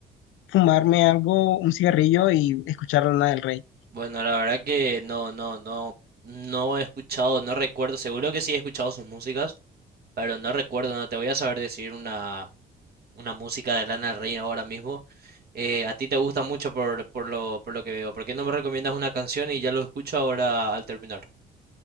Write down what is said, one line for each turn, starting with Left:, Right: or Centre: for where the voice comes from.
Left: fumarme algo, un cigarrillo y escuchar Lana del Rey.
Right: Bueno, la verdad que no, no, no, no he escuchado, no recuerdo, seguro que sí he escuchado sus músicas, pero no recuerdo, no te voy a saber decir una, una música de Lana del Rey ahora mismo. Eh, a ti te gusta mucho por, por lo, por lo que veo. ¿Por qué no me recomiendas una canción y ya lo escucho ahora al terminar?